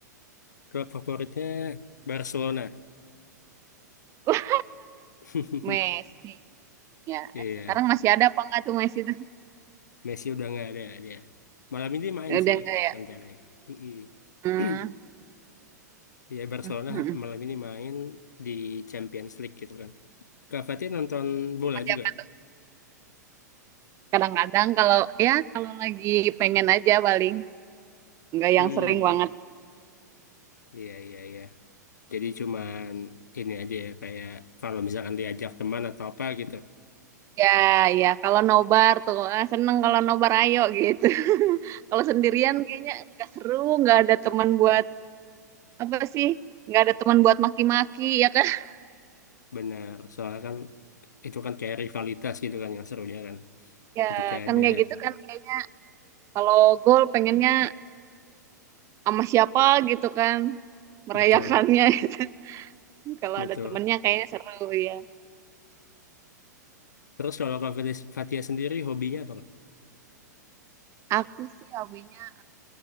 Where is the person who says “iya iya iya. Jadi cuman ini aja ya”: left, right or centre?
Left